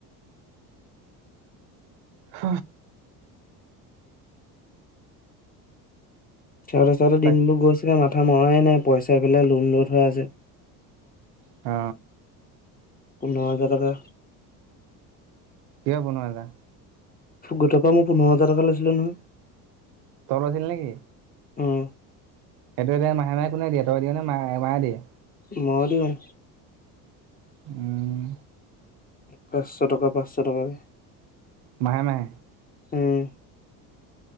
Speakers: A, on the right (about 60°); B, on the left (about 20°).
A: হ!
B: চাওঁতে চাওঁতে
A: তাক
B: দিনবোৰ গৈছেগে মাথতে, কথা মৰাই নাই পইচা পেলাই লোন লৈ থোৱা আছে।
A: অ,
B: পোন্ধৰ হাজাৰ টকা,
A: কিয় বনোৱাালা।
B: গোটৰ পৰা মই পোন্ধৰ হাজাৰ টকা লৈছিলো নহয়।
A: তই লৈছিলি নে কি,
B: উম
A: সেইটো এতিয়া মাহে মাহে কোনে দিয়ে তই দিয় নে মা মায়ে দিয়ে।
B: মই দিওঁ,
A: উম।
B: পাঁচশ টকা পাঁচশ টকাকে,
A: মাহে মাহে!
B: উম